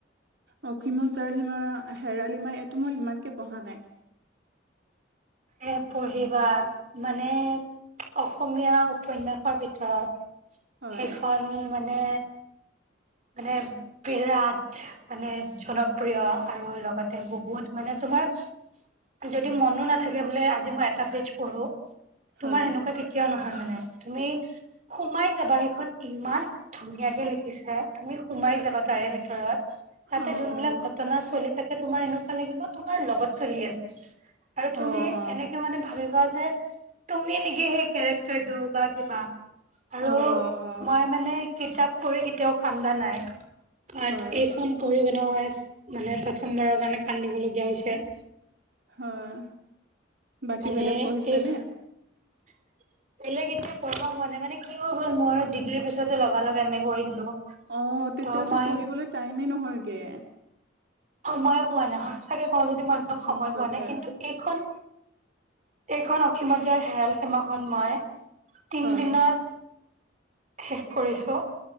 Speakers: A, on the right; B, on the right.
A: অসীমত জাৰ সীমা হেৰাল সীমা এইটো মই ইমানকে পঢ়া নাই।
B: এ পঢ়িবা মানে অসমীয়া উপন্যাসৰ ভিতৰত
A: হয়
B: সেইখন মানে মানে বিৰাট মানে জনপ্ৰিয় আৰু লগত এ বহুত মানে তোমাৰ যদি মনো না থাকে বোলে আজি মই এটা পেজ পঢ়ো, তোমাৰ
A: হয়
B: এনেকুৱা কেতিয়াও নহয় মানে। তুমি সোমাই যাবা সেইখন ইমান ধুনীয়াকে লিখিছে, তুমি সোমাই যাবা তাৰে ভিতৰত। তাতে
A: অ
B: যোনবিলাক
A: অ
B: ঘটনা চলি থাকে তোমাৰ এনেকুৱা লাগিব তোমাৰ লগত চলি আছে। আৰু তুমি
A: অ অ
B: এনেকে মানে ভাবিবা যে তুমি নিকি সেই কেৰেক্টাৰটো বা কিবা আৰু
A: অ অ
B: মই মানে কিতাপ পঢ়ি কেতিয়াও কান্দা নাই। বাত
A: হয়
B: এইখন পঢ়ি পেন'ইছ মানে প্ৰথমবাৰৰ কাৰণে কান্দিবলগীয়া হৈছে।
A: হহ, বাকী
B: মানে
A: বেলেগ পঢ়িছে
B: এই
A: নে?
B: <inaudible> বেলেগ এতিয়া পঢ়া হোৱা নাই মানে কি হৈ গ'ল মোৰ ডিগ্ৰীৰ পিছতে লগা লগে এম এ কৰি দিলো।
A: অ তেতিয়াতো
B: ত' মই
A: পঢ়িবলৈ টাইমে নহয়গে।
B: সময়ে পোৱা নাই সঁচাকে কওঁ যদি মই একদম সময়ে
A: সঁচাকে
B: পোৱা নাই কিন্তু এইখন, এইখন অসীমত যাৰ হেৰাল সীমাখন মই তিন
A: হয়
B: দিনত শেষ কৰিছো